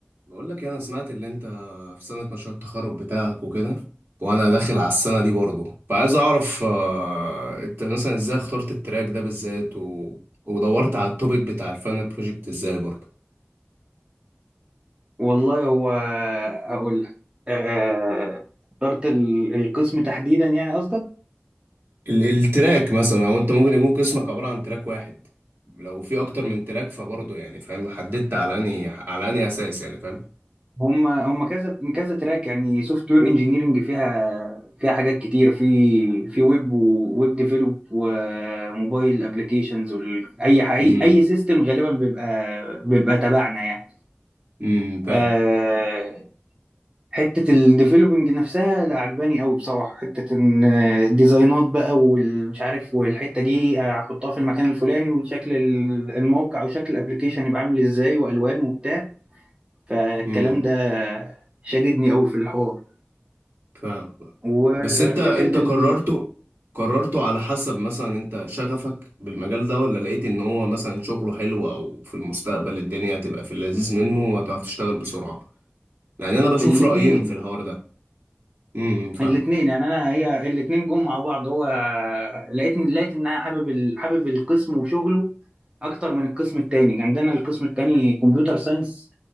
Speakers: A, on the right; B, on the right.
A: بقول لك إيه، انا سمعت اللي انت في سنة مشروع التخرج بتاعك وكده وانا داخل على السنة دي برضه فعايز اعرف آه، انت مثلا ازاي اخترت التراك ده بالذات و... ودورت على التوبيك بتاع الفاينل بروجكت ازاي برضه
B: والله هو هقول لك آه، اخترت ال- القسم تحديدا يعني قصدك
A: ال... التراك مثلا او انت ممكن يكون قسمك عبارة عن تراك واحد لو في اكتر من تراك فبرضه يعني فاهم حددت على اني على اني اساس يعني فاهم
B: هم هم كذا من كذا تراك يعني سوفت وير انجينيرنج فيها فيها حاجات كتير في في ويب وويب ديفلوب وموبايل ابلكيشنز اي
A: امم
B: اي سيستم غالبا بيبقى بيبقى تبعنا يعني
A: امم فاهم
B: آه، حتة الديفلوبينج نفسها لا عجباني قوي بصراحة حتة ان الديزاينات بقى والمش عارف والحتة دي هحطها في المكان الفلاني وشكل ال- الموقع وشكل الابليكيشن يبقى عامل ازاي والوان وبتاع فالكلام
A: امم
B: ده شددني قوي في الحوار
A: فاهم فاهم.
B: وفكرة
A: بس انت انت قررته
B: ال...
A: قررته على حسب مثلا انت شغفك بالمجال ده ولا لقيت ان هو مثلا شغله حلو او في المستقبل الدنيا هتبقى في اللذيذ منه وهتعرف تشتغل بسرعة يعني انا بشوف
B: الاتنين
A: رأيين في الحوار ده امم فاهمك
B: الاثنين يعني انا هي الاثنين جم مع بعض هو لقيت لقيت ان انا حابب ال... حابب القسم وشغله اكتر من القسم التاني يعني عندنا القسم التاني كمبيوتر ساينس